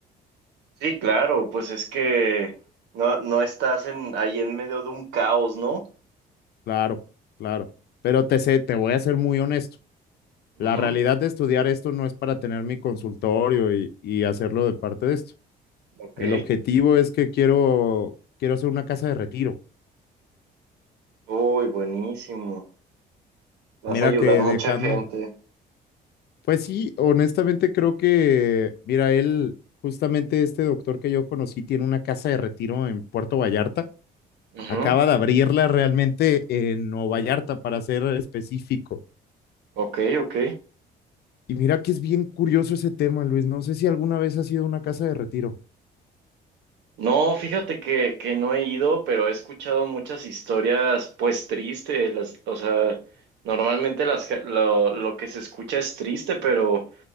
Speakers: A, on the right (about 85°); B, on the left (about 70°).
A: Sí, claro, pues es que no, no estás en, ahí en medio de un caos, ¿no?
B: Claro, claro. Pero te sé, te voy a ser muy honesto. La
A: Ujú,
B: realidad de estudiar esto no es para tener mi consultorio y, y hacerlo de parte de esto.
A: Ok.
B: El objetivo es que quiero, quiero hacer una casa de retiro.
A: Uy, buenísimo. Vas
B: Mira
A: a ayudar
B: que
A: mucha
B: dejando,
A: gente.
B: Pues sí, honestamente creo que, mira, él, justamente este doctor que yo conocí, tiene una casa de retiro en Puerto Vallarta.
A: Ujú,
B: Acaba de abrirla realmente en Nueva Vallarta, para ser específico.
A: Ok, ok.
B: Y mira que es bien curioso ese tema, Luis. No sé si alguna vez ha sido una casa de retiro.
A: No, fíjate que, que no he ido, pero he escuchado muchas historias, pues tristes. Las, o sea, normalmente las, que- lo, lo que se escucha es triste, pero